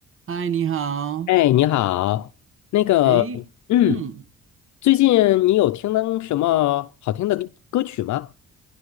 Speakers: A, on the right; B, on the left.
A: 嗨，你好。
B: 哎，你好，那个，
A: 诶，
B: 嗯，
A: 嗯，
B: 最近你有听到什么好听的歌歌曲吗？